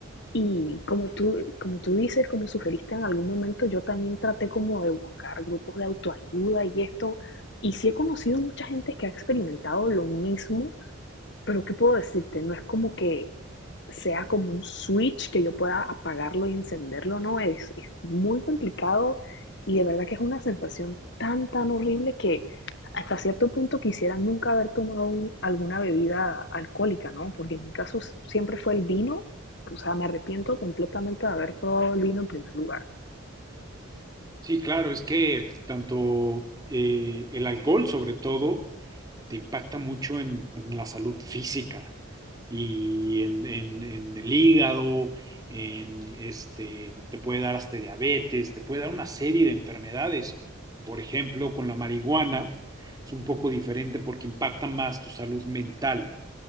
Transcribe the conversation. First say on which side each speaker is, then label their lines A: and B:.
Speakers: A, on the left (about 55°); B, on the right (about 20°).
A: Y como tú, como tú dices, como sugeriste en algún momento, yo también traté como de buscar grupos de autoayuda y esto, y sí he conocido mucha gente que ha experimentado lo mismo, pero ¿qué puedo decirte? No es como que sea como un switch que yo pueda apagarlo y encenderlo, no, es, es muy complicado y de verdad que es una sensación tan, tan horrible que hasta cierto punto quisiera nunca haber tomado un- alguna bebida alcohólica, ¿no? Porque en mi caso siempre fue el vino, o sea, me arrepiento completamente de haber probado el vino en primer lugar.
B: Sí, claro, es que tanto eh, el alcohol sobre todo te impacta mucho en, en la salud física y en, en- en el hígado, en este, te puede dar hasta diabetes, te puede dar una serie de enfermedades. Por ejemplo, con la marihuana es un poco diferente porque impacta más tu salud mental.